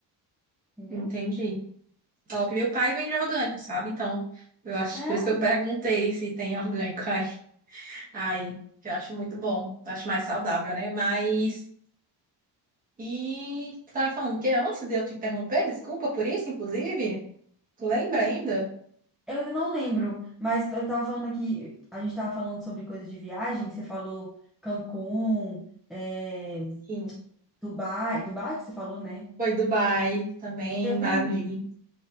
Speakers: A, in the centre; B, on the right (about 20°).
A: entendeu?
B: Entendi. Top. Meu pai vende orgânico, sabe? Então, eu acho,
A: é
B: por isso que eu perguntei se tem orgânico aí. Aí, que eu acho muito bom. Acho mais saudável, né? Mas. E tu tava falando que antes de eu te interromper, desculpa por isso, inclusive. Tu lembra ainda?
A: Eu ainda não lembro, mas eu tava falando aqui, a gente tava falando sobre coisa de viagem, você falou Cancún, é,
B: Sim.
A: Dubai, Dubai que você falou, né?
B: Foi Dubai também,
A: Eu
B: Maragogi.
A: tenho